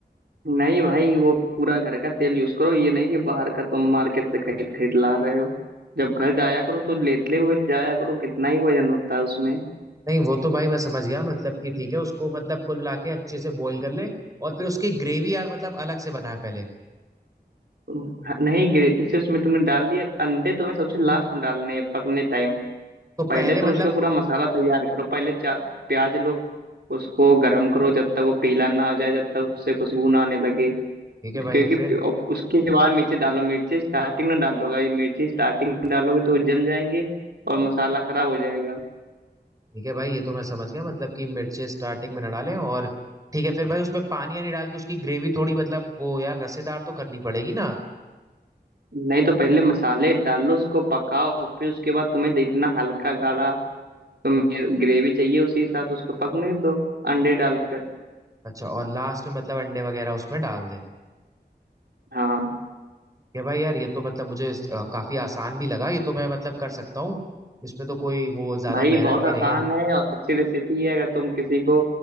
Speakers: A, on the right (about 70°); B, on the right (about 20°).
A: नहीं भाई वो पूरा घर का तेल यूज करो ये नहीं कि बाहर का तुम मार्केट से खरीद खरीद ला रहे हो जब घर जाया करो तो लेटले हुए जाया करो कितना ही वजन होता है उसमें
B: नहीं वो तो भाई मैं समझ गया मतलब कि ठीक है उसको मतलब कुल मिला के अच्छे से बॉईल कर ले और फिर उसकी ग्रेवी यार मतलब अलग से बनाए पहले
A: नहीं गिरे जैसे उसमें तुमने डाल दिया अंडे तुम्हें सबसे लास्ट में डालने हैं, पकने टाइम
B: तो पहले
A: पहले तुम
B: मतलब
A: उसका पूरा मसाला तैयार करो पहले चा प्याज लो उसको गरम करो जब तक वो पीला ना हो जाए जब तक उससे खुशबू ना आने लगे
B: ठीक है
A: क्योंकि
B: भाई फिर
A: पि- और उसके बाद मिर्ची डालो मिर्ची स्टार्टिंग में डालोगे मिर्ची स्टार्टिंग में डालोगे तो वो जल जाएंगे और मसाला खराब हो जाएगा
B: ठीक है भाई ये तो मैं समझ गया मतलब कि मिर्चे स्टार्टिंग में ना डालें और ठीक है फिर भाई उसमें पानी नहीं डाल के उसकी ग्रेवी थोड़ी मतलब वो यार रसेदार तो करनी पड़ेगी ना
A: नहीं तो पहले मसाले डालो उसको पकाओ फिर उसके बाद तुम्हें जितना हल्का गाढ़ा तुम्हें ग्रेवी चाहिए उसी हिसाब से उसको पकने दो अंडे डालकर
B: अच्छा और लास्ट में मतलब अंडे वगैरह उसमें डाल दे
A: हाँ
B: या भाई यार ये तो मतलब मुझे अ, काफी आसान भी लगा ये तो मैं मतलब कर सकता हूँ इसमें तो कोई वो ज्यादा
A: भाई
B: मेहनत
A: बहुत
B: भी
A: आसान
B: नहीं है
A: है और अच्छी रेसिपी है अगर तुम किसी को